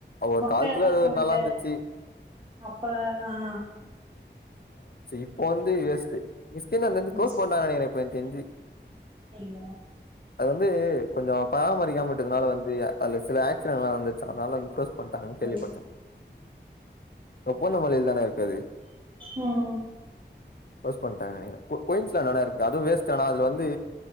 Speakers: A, on the left (about 55°); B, on the right (about 25°).
A: ஒரு
B: மொக்க
A: காலத்துல
B: எதா
A: அது
B: இருக்கும்
A: ஒரு நல்லா
B: இல்ல
A: இருந்துச்சு
B: அப்ப ஆஹ்
A: இப்ப வந்து வேஸ்ட் மி்ஸ்கந்த
B: ம்
A: க்ளோஸ் பண்டாங்க நெனக்கிற கொஞ தெஞ்சு
B: <unintelligible>
A: அது வந்து கொஞ்சம் பராமரிக்காமட்டதுனால வந்து அதுல சில ஆக் ஸிடன்ட்லா நடந்துச்சா அதனால இம் பாங்க கேள்விப்பட்டாங்க
B: ஹலோ
A: ஒப்போனம் மலில் தானேய அது
B: உஹம்
A: க்ளோஸ் பண்ணிடாங்க நெனைக்க குயின்ஸ் லா இருக்கு அது வேஸ்ட் அது வந்து வந்து